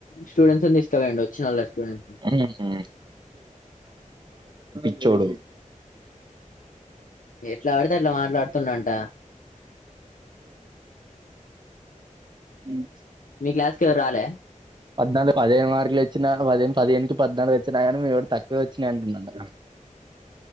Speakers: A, on the left; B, on the right.
A: స్టూడెంట్స్ తీసుకవండి వచ్చిన వాళ్ళ స్టూడెంట్స్
B: హ్మ్ చ్చోడు
A: ఎట్లా ఆడితే అట్ల మాట్లాడుతుండంటా
B: మ్మ్
A: మీ క్లాస్కి ఎవరు రాలే
B: పద్నాలు పది <inaudible> ఇదొచ్చినాక పది పదేనుకి పద్నాలుగు వచ్చినా కానీ మేము తక్ <unintelligible> వచ్చినాయి అంటున్న కదా